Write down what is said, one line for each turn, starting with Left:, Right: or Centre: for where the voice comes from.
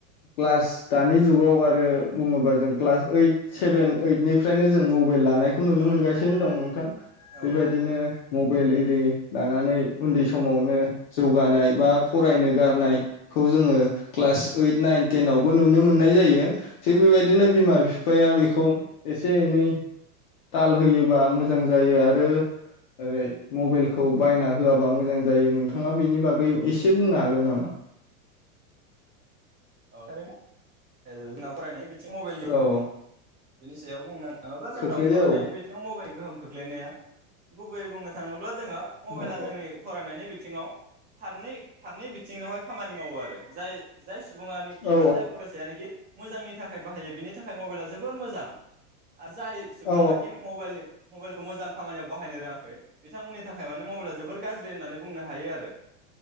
Left: क्लास दानि जुगाव आरो बुङोबा जों क्लास ओइट सेभेन ओइदनिफ्रायनो जों मबाइल लानायखौ नुनो मोनगासिनो दं नोंथां।
Right: औ
Left: बेबायदिनो
Right: औ
Left: मबाइल इरि लानानै उन्दै समावनो जौगानाय बा फरायनो गारनायखौ जोङो क्लास ओइट नाइन तेनाव बो नुनो मोननाय जायो। थिग बेबायदिनो
Right: औ
Left: बिमा
Right: औ
Left: बिफाया बे खौ एसे एनै ताल होयोबा मोजां जायो आरो ओरै मबाइलखौ बायना होआबा मोजां जायो नोंथाङा बेनि बागै एसे बुंनो हागोन नामा?
Right: <unintelligible> फरायनाय बिद <unintelligible> मबाइलनि
Left: औ
Right: बिनिस सायाव बुंनो नङाबा जोंनाव
Left: खोख्लैयो
Right: फरायनायनि बिथिङाव मबे गोहोम खोख्लैनाया गुबैयै बुंनो थाङोब्ला जोङो मबाइला
Left: औ
Right: जोंनि फरायनायनि बि थिङाव फारनै फारनै बिथिङावहाय खामानि मावो आरो जाय जायस बुङा निखि
Left: औ
Right: बा जाय फरायसायानाखि मोजांनि थाखाय बाहायो बिनि थाखाय मबाइला जोबोर मोजां। आरो जाय सुबुङाखि
Left: औ
Right: मबाइलनि मबाइलखौ मोजां खामानियाव बाहायनो रोङाखै बिथांमोननि थाखाय माने मबाइला जोबोर गाज्रि होननानै बुंनो हायो आरो